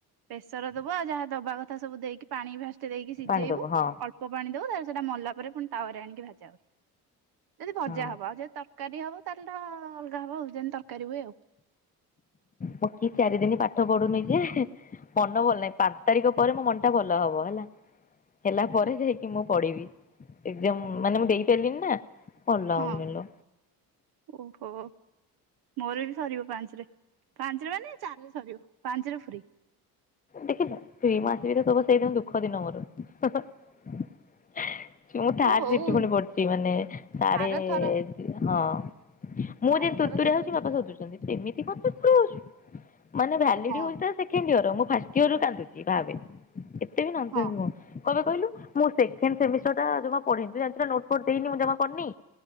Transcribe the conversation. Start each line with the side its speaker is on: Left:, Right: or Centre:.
Right: ବେସର ଦବୁ ଆଉ ଯାହା ଦବା କଥା ସବୁ ଦେଇକି ପାଣି ଫାଷ୍ଟ ଦେଇକି ସିଜେଇବୁ,
Left: ପାଣି ଦବୁ ହଁ
Right: ଅଳ୍ପ ପାଣି ଦବୁ ତା ସେଇଟା ମଲା ପରେ ପୁଣି ତାପରେ ଆଣିକି ଭାଜା ହୁଏ। ଯଦି ଭଜା
Left: ହଁ
Right: ହବ ଆଉ ଯଦି ତରକାରୀ ହବ ତାହେଲେ ତ ଯେନ୍ତି ତରକାରୀ ହୁଏ ଆଉ।
Left: ପକି ଚାରି ଦିନ ପାଠ ପଢୁନି ଯେ ମନ ଭଲ ନାହିଁ, ପାଞ୍ଚ ତାରିଖ ପରେ ମୋ ମନ ଟା ଭଲ ହବ ହେଲା। ହେଲା ପରେ ଯାଇକି ମୁଁ ପଢିବି। ଏକ୍ଜାମ୍ ମାନେ ମୁଁ ଦେଇ ସାରିଲିଣି ନା ଭଲ
Right: ହଁ
Left: ହଉନି ଲୋ
Right: ଓହୋ। ମୋର ବି ସରିବ ପାଞ୍ଚରେ। ପାଞ୍ଚରେ ମାନେ ଚାରିରେ ସରିବ ପାଞ୍ଚରେ ଫ୍ରି।
Left: ଦେଖିଚ ଦୁଇ ମାସ ବି ତ ତବ ସେଇଦିନ ଦୁଃଖ ଦିନ ମୋର ମୁଁ ଥାର୍ଡ
Right: ହଁ ହଉ
Left: ସିଫ୍ଟ ପୁଣି ପଡ଼ିଛି ମାନେ ସାଢ଼େ
Right: ଆରଥର
Left: ହଁ। ମୁଁ
Right: ଆରଥର
Left: ଯେମତି ତୁରତୁରିଆ
Right: ଦେଇଦବୁ।
Left: ହଉଛି ବାପା ସୋଧୁଛନ୍ତି, ସେମିତି କଣ ତୁରତୁର୍ ହଉଛୁ। ମାନେ ଭ୍ୟାଲିଡି
Right: ହଁ
Left: ହଉଚି ତାର ସେକେଣ୍ଡ ଇୟର, ମୁଁ ଫାଷ୍ଟ ଇୟରରୁ କାନ୍ଦୁଛି ଭାବେ <unintelligible>
Right: ହଁ
Left: ମୁଁ କହିବେ କହିଲୁ ମୁଁ ସେ ସେମ୍ ସେମିଷ୍ଟର ଟା ଜମା ପଢ଼ିନି। ତୁ ଜାଣିଛୁ ନା ନୋଟ ଫୋଟ ଦେଇନି ମୁଁ ଜମା କରିନି